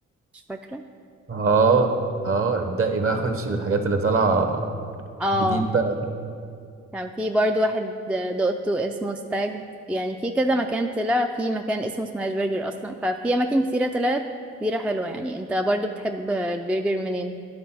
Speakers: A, in the centre; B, on the right.
A: مش فاكرة
B: اه اه ابدأي بقى خشي بالحاجات اللي طالعه
A: اه
B: جديد بقى
A: كان في برضو واحد دقته اسمه ستاجد يعني في كذا مكان طلع في مكان اسمه سماش برجر اصلا ففي اماكن كتيره طلعت كتيره حلوه يعني انت برضو بتحب البرجر منين